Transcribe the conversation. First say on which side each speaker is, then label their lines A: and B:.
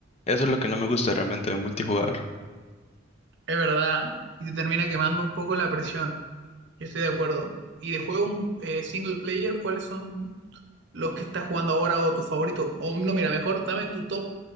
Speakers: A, on the left; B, on the right.
A: Eso es lo que no me gusta realmente de un multijugador.
B: es verdad. Y te termina quemando un poco la presión. Yo estoy de acuerdo. Y de juego eh, single player, ¿cuáles son los que estás jugando ahora o tu favorito? O no, mira, mejor dame tu top